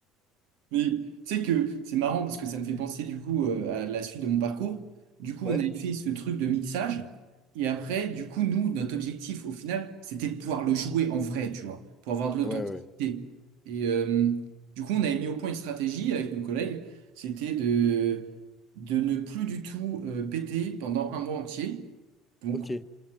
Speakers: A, on the right; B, on the left.
A: Mais tu sais que c'est marrant parce que ça me fait penser du coup euh, à la suite de mon parcours. Du coup,
B: Ouais.
A: on avait fait ce truc de mixage. Et après, du coup, nous, notre objectif au final, c'était de pouvoir le jouer en vrai, tu vois, pour avoir de l'authenticité.
B: Ouais, ouais. ouais.
A: Et euh, du coup, on avait mis au point une stratégie avec nos collègues. C'était de, de ne plus du tout euh, péter pendant un mois entier. Donc,
B: Ok,